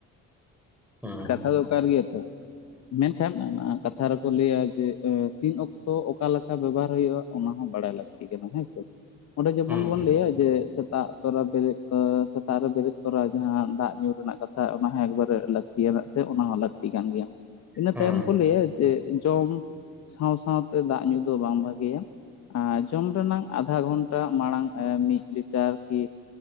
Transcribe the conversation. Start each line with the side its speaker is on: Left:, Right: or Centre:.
Centre: ᱦᱩᱸ
Left: ᱠᱟᱛᱷᱟ ᱫᱚ ᱠᱟᱨ ᱜᱮᱭᱟ ᱛᱚ ᱢᱮᱱᱠᱷᱟᱱ ᱚᱱᱟ ᱠᱟᱛᱷᱟ ᱠᱚ ᱞᱟᱹᱭᱟ ᱡᱮ ᱛᱤᱱ ᱚᱠᱛᱚ ᱚᱠᱟ ᱞᱮᱠᱟ ᱵᱮᱵᱚᱦᱟᱨ ᱦᱩᱭᱩᱜᱼᱟ ᱚᱱᱟ ᱦᱚᱸ ᱵᱟᱲᱟᱭ ᱞᱟᱹᱠᱛᱤᱜ ᱠᱟᱱᱟ ᱦᱮᱸ ᱥᱮ ᱚᱸᱰᱮ ᱡᱮᱢᱚᱱ
Centre: ᱦᱩᱸ
Left: ᱵᱚᱱ ᱞᱟᱹᱭᱟ ᱡᱮ ᱥᱮᱛᱟᱜ ᱛᱚᱨᱟ ᱵᱮᱨᱮᱫ ᱥᱮᱛᱟᱜ ᱨᱮ ᱵᱮᱨᱮᱫ ᱛᱚᱨᱟ ᱡᱟᱦᱟᱸ ᱫᱟᱜ ᱧᱩᱨ ᱨᱮᱱᱟᱜ ᱠᱟᱛᱷᱟ ᱚᱱᱟ ᱦᱚᱸ ᱮᱠᱵᱟᱨᱮ ᱞᱟᱹᱠᱛᱤ ᱟᱱᱟᱜ ᱥᱮ ᱚᱱᱟ ᱦᱚᱸ ᱞᱟᱹᱠᱛᱤ ᱠᱟᱱ ᱜᱮᱭᱟ ᱤᱱᱟᱹ
Centre: ᱦᱩᱸ
Left: ᱛᱟᱭᱚᱢ ᱠᱚ ᱞᱟᱹᱭᱟ ᱡᱮ ᱡᱚᱢ ᱥᱟᱶ ᱥᱟᱶᱛᱮ ᱫᱟᱜ ᱧᱩ ᱫᱚ ᱵᱟᱝ ᱵᱷᱟᱜᱮᱭᱟ ᱡᱚᱢ ᱨᱮᱱᱟ ᱟᱫᱷᱟ ᱜᱷᱚᱱᱴᱟ ᱢᱟᱲᱟᱝ ᱢᱤᱫ ᱞᱤᱴᱟᱨ ᱠᱤ